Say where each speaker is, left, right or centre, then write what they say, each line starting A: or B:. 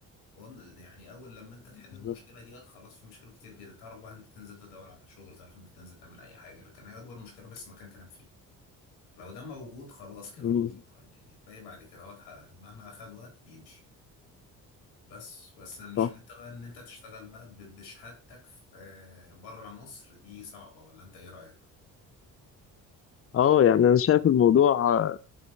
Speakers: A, on the left; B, on the left.
A: وأن- يعني اول لما انت
B: بالظبط
A: تحل المشكله دي خلاص في مشاكل كتير جدا تعرف بقى انت تنزل تدور على شغل تعرف انت تنزل تعمل اي حاجه لكن هي اكبر مشكله بس مكان تنام فيه لو ده موجود خلاص كده
B: مم.
A: اهو شكرا يعني الباقي بعد كده هو اتحقق. مهما اخد وقت بيمشي بس بس أنا عشان
B: صح
A: انت بقى ان انت تشتغل بقى ب- بشهادتك في بره مصر دي صعبة ولا انت ايه رأيك؟
B: اه يعني انا شايف الموضوع آه،